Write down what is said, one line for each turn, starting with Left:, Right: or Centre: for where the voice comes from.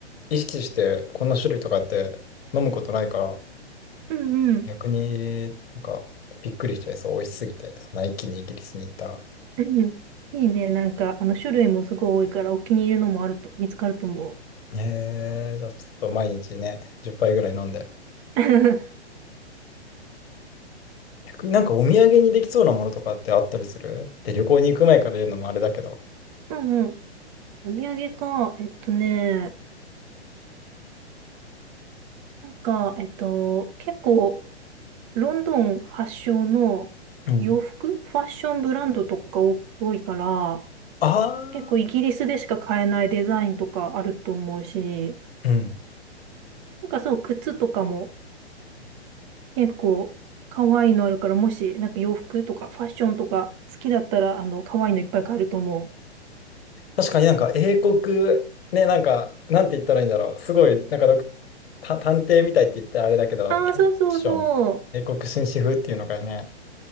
Left: 意識して、こんな種類とかって飲むことないから、
Right: うん。うん。
Left: 逆になんかびっくりしちゃいそう、美味しすぎて、そんな一気にイギリスに行ったら。
Right: うんいいね。なんか、あの、種類もすごい多いから、お気に入りのもあると、見つかると思う。
Left: えー、じゃあちょっと毎日ね、10杯ぐらい飲んで。
Right: <laughs>
Left: 逆になんかお土産にできそうなものとかってあったりするで、旅行に行く前から言うのもあれだけど。
Right: うんうん。お土産か。えっとね、なんか、えっと、結構、ロンドン発祥の洋服、
Left: うん。
Right: ファッションブランドとか多多いから、
Left: あ
Right: 結構イギリスでしか買えないデザインとかあると思うし、
Left: あ、うん。
Right: なんかそう、靴とかも結構可愛いのあるから、もし、なんか洋服とかファッションとか好きだったら、あの、可愛いのいっぱい買えると思う。
Left: 確かになんか英国、ね、なんか、なんて言ったらいいんだろう。すごい、なんかドクた探偵みたいって言ったらあれだけど、
Right: ああ、
Left: ケンフィクション、
Right: そうそうそう。
Left: 英国紳士風っていうのがね。